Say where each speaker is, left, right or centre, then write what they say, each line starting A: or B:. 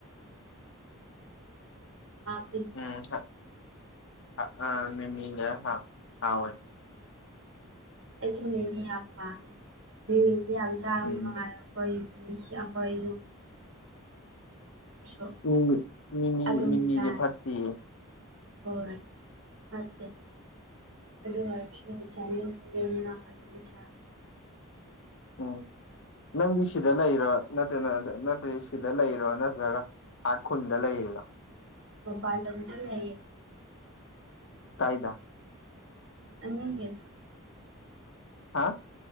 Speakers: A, on the right; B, on the left.
A: <unintelligible>
B: ꯎꯝ ꯍꯣꯏ ꯑ ꯑ ꯃꯤꯃꯤ ꯍꯥꯞꯄ ꯍꯧꯌ‌ꯦ
A: ꯑꯦꯁꯨ ꯃꯤꯃꯤ ꯌꯥꯝ ꯄꯥꯝꯃ‌ꯦ <unintelligible> ꯆꯥꯡ
B: ꯎꯝ
A: ꯅꯥꯏ ꯑꯩꯈꯣꯏ <unintelligible>
B: ꯑꯣ ꯃꯤꯃꯤ
A: ꯑꯗꯨꯝ
B: ꯃꯤꯃꯤꯁ‌ꯦ
A: ꯆꯥꯏ
B: ꯐꯠꯇ‌ꯦꯌ‌ꯦ
A: ꯍꯣꯏ ꯐꯠꯇꯦ ꯑꯗꯨ ꯑꯣꯏꯔꯁꯨ ꯆꯅꯤꯡꯕꯒꯤ ꯉꯔꯥꯡ ꯑꯗꯨꯝ ꯆꯥꯏ
B: ꯎꯝ ꯅꯪꯗꯤ ꯁꯤꯗ ꯂꯩꯔꯣ ꯅꯠꯇ꯭ꯔꯅ ꯅꯠꯇ꯭ꯔꯗꯤ ꯁꯤꯗ ꯂꯩꯔꯣ ꯅꯠꯇ꯭ꯔꯒ ꯑꯥ ꯈꯨꯟꯗ ꯂꯩꯔꯤꯔꯣ
A: ꯃꯄꯥꯜꯂꯝꯗ ꯂꯩꯌꯦ
B: ꯇꯥꯏꯗ
A: <unintelligible>
B: ꯍꯥꯥ